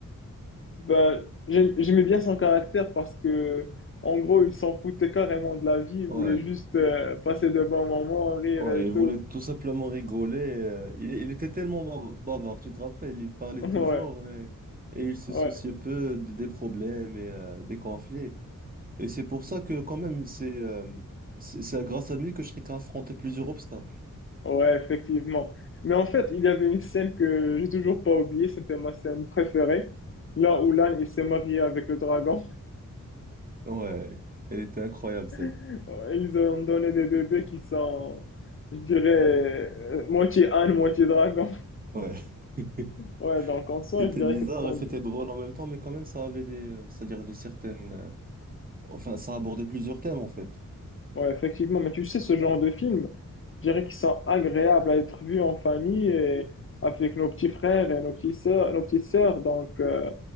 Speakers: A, on the left; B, on the right.
A: Ben, j'aim- j'aimais bien son caractère parce que, en gros, il s'en foutait carrément de la vie, il
B: Ouais.
A: voulait juste euh, passer de bons moments, rire
B: Ouais,
A: et
B: il
A: tout.
B: voulait tout simplement rigoler. euh, Il, il était tellement bav- bavard, tu te rappelles, il parlait
A: <laughs> Ouais,
B: toujours mais- et il se
A: ouais,
B: souciait peu de- des problèmes et euh, des conflits. Et c'est pour ça que quand même, c'est euh, c'est c'est grâce à lui que Shrek a affronté plusieurs obstacles.
A: ouais, effectivement. Mais en fait, il y avait une scène que j'ai toujours pas oubliée, c'était ma scène préférée. Là où l'âne, il s'est marié avec le dragon.
B: Ouais, elle était incroyable celle-là.
A: <laughs> Ils ont donné des bébés qui sont, je dirais, euh, moitié âne, moitié dragon.
B: Ouais. <laughs>
A: Ouais, donc en soi,
B: C'était
A: je dirais
B: bizarre
A: que ce sont...
B: et c'était drôle en même temps, mais quand même, ça avait des, euh, c'est-à-dire des certaines, euh, enfin, ça abordait plusieurs thèmes en fait.
A: Ouais, effectivement, mais tu sais, ce genre de films, je dirais qu'ils sont agréables à être vus en famille et avec nos petits frères et nos petits sœurs, nos petites sœurs. Donc, euh,